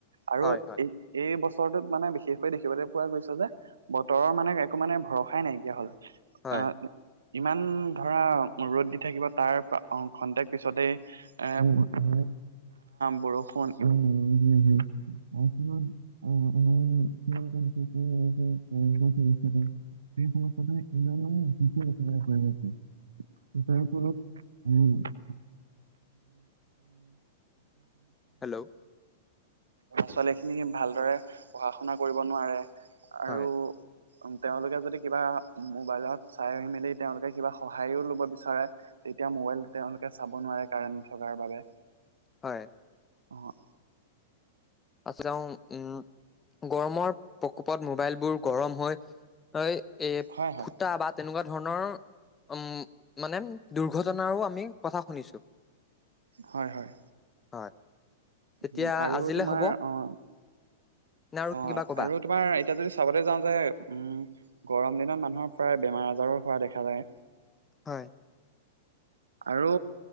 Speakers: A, on the right (about 80°); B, on the left (about 20°).
A: আৰু
B: হয় হয়
A: এই এই বছৰটোত মানে বিশেষকৈ দেখিবলৈ পোৱা গৈছে যে বতৰৰ মানে একো মানে ভৰসাই নাইকিয়া হ'ল,
B: হয়
A: অ'। ইমান ধৰা ৰ'দ দি থাকিব তাৰ খন্তেক পিছতেই এ, <unintelligible> বৰষুণ <unintelligible> <unintelligible> <unintelligible> <unintelligible> <unintelligible> <unintelligible> ল'ৰা
B: হেল্ল'
A: ছোৱালী খিনি ভালদৰে পঢ়া শুনা কৰিব নোৱাৰে। আৰু
B: হয়
A: তেওঁলোকে যদি কিবা মোবাইলত চাই মেলি তেওঁলোকে কিবা সহায়ো ল'ব বিচাৰে তেতিয়া মোবাইল তেওঁলোকে চাব নোৱাৰে কাৰেণ্ট নথকাৰ বাবে
B: হয়।
A: অ'।
B: আচলতে, উম', গৰমৰ প্ৰকোপত মোবাইলবোৰ গৰম হৈ হৈ, এ,
A: হয় হয়
B: ফুটা বা তেনেকুৱা ধৰণৰ উম', মানে দুৰ্ঘটনাৰো আমি কথা শুনিছো।
A: হয়, হয়।
B: হয়', তেতিয়া
A: উম, আৰু
B: আজিলে
A: তোমাৰ
B: হ'ব।
A: অ',
B: নে আৰু
A: অ',
B: কিবা ক'বা?
A: আৰু তোমাৰ এতিয়া যদি চাবলৈ যাওঁ যে উম', গৰম দিনত মানুহৰ প্ৰায় বেমাৰ আজাৰো হোৱা দেখা যায়।
B: হয়'।
A: আৰু